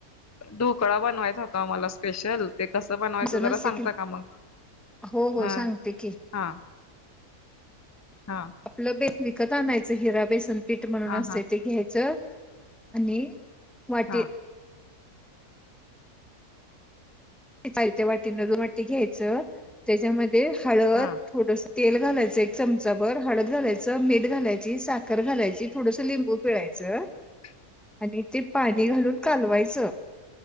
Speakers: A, on the left (about 15°); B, in the centre.
A: ढोकळा बनवायचा होता ओ मला स्पेशल. ते कसं बनवायचं
B: असं
A: जरा
B: नसते
A: सांगता
B: की
A: का मग?
B: हो
A: ह.
B: हो सांगते की
A: हां. हां.
B: आपलं बे विकत आणायचं. हिरा बेसन पीठ म्हणून
A: हा
B: असतंय.
A: हा
B: ते घ्यायचं. आणि वाटी
A: हा
B: चालत्या वाटीं न दोन वाटी घ्यायचं. त्याच्यामध्ये हळद.
A: हा
B: थोडस तेल घालायचं एक चमचाभर. हळद घालायचं, मीठ घालायची, साखर घालायची, थोडसं लिंबू पिळायचं.
A: <unintelligible>
B: आणि ते पाणी घालून कालवायचं.